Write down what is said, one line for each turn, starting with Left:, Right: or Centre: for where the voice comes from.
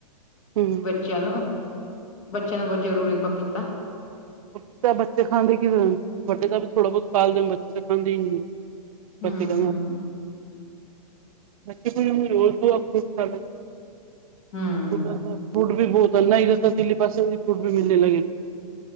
Right: ਹੂੰ
Left: ਬੱਚਿਆਂ ਨੂੰ ਬੱਚਿਆਂ ਨੂੰ ਬਹੁਤ ਜ਼ਰੂਰੀ ਪਪੀਤਾ।
Right: ਪਪੀਤਾ ਬੱਚੇ ਖਾਂਦੇ ਕਿ ਵੱਡੇ ਤਾਂ ਵੀ ਥੋੜ੍ਹਾ ਬਹੁਤ ਖਦੇਣ ਬੱਚੇ ਤਾਂ ਖਾਂਦੇ ਹੀ ਨਹੀਂ। ਪਛੇ
Left: ਹਮ
Right: ਕ ਮੱਚੀ ਕੋੀ ਉ ਰਰ <inaudible> ਦਆ ਫਰੂਟ ਖਾ ਲ
Left: ਹਮ
Right: <unintelligible> ਦਾ ਫੂਡ। ਬਹੁਤਨਾ ਹੀ ਦਿੱਲੀ ਪਾਸੇ ਫੂਟ ਵੀ ਮਿਲਣੇ ਲੱਗੇ ਨੂੰ।